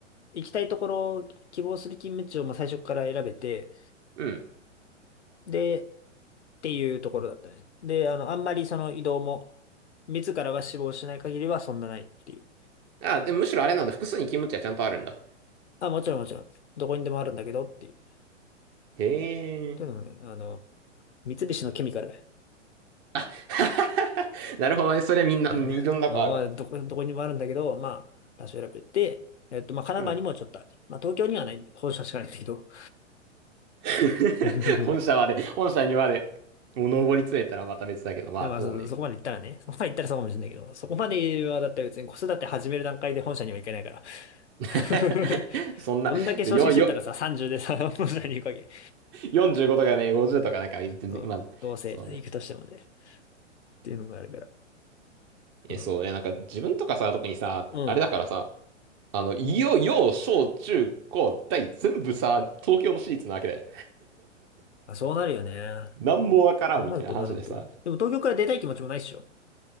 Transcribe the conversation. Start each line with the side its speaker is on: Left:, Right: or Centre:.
Left: 行きたいところを希望する勤務地をまあ最初から選べて、
Right: うん。
Left: で、っていうところだったね。で、あの、あんまりその移動も、自らが死亡しない限りはそんなないっていう。
Right: あ、で、むしろあれなんだ。複数に勤務地はちゃんとあるんだ。
Left: あ、もちろんもちろん。どこにでもあるんだけどっていう。
Right: へえ。
Left: というのもね、あの、三菱のケミカル。
Right: <laughs> なるほどね。それはみんな、
Left: ね、
Right: いろんな子あるわ。
Left: あのまあ、どこ、どこにでもあるんだけど、まあ、多少選べて、えっと、まあ、神奈川にもちょっとある。
Right: うん。
Left: まあ、東京にはない、本社しかないんだけど。
Right: <laughs>
Left: <laughs>
Right: 本社まで、本社にまで、もう上り詰めたらまた別だけど、まあ、
Left: でもまあそ、
Right: そうね。
Left: そこまで行ったらね、<laughs> そこまで行ったらそうかもしれないけど、そこまではだって別に子育て始める段階で本社には行けないから。
Right: <laughs>
Left: <laughs>
Right: そんな、
Left: どんだけ昇進してったらさ、
Right: よ、よ、
Left: 30でさ、<laughs> 本社に行くわけ。
Right: 45とかね、50とかなんか、別に今、
Left: うんどうせ行くとしてもね。
Right: そうね。
Left: っていうのがあるから。あの、
Right: え、そうね、なんか自分とかさ、特にさ、
Left: うん。
Right: あれだからさ、あの、いよ、よ、小、中、高、大、全部さ、東京の私立なわけだよ。
Left: あ、そうなるよね。
Right: なんもわからんみたいな話でさ、
Left: うんそうなると思う。でも、とでも東京から出たい気持ちもないっしょ。